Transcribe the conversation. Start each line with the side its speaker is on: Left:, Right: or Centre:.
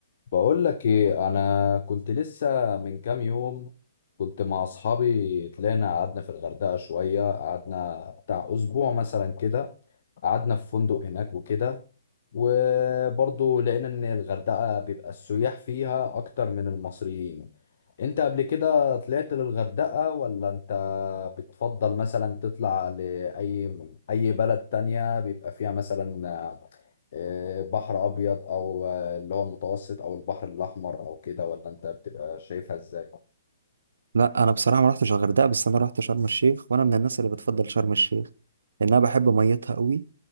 Left: بقول لك ايه انا كنت لسه من كام يوم كنت مع اصحابي طلعنا قعدنا في الغردقة شوية قعدنا بتاع اسبوع مثلا كده قعدنا في فندق هناك وكده وبرضه لقينا ان الغردقة بيبقى السياح فيها اكتر من المصريين انت قبل كده طلعت للغردقة ولا انت بتفضل مثلا تطلع لأي اي بلد تانية بيبقى فيها مثلا آه، بحر ابيض او آه، اللي هو المتوسط او البحر الاحمر او كده ولا انت بتبقى شايفها ازاي
Right: لا انا بصراحه ما رحتش الغردقه بس انا رحت شرم الشيخ وانا من الناس اللي بتفضل شرم الشيخ لان انا بحب ميتها قوي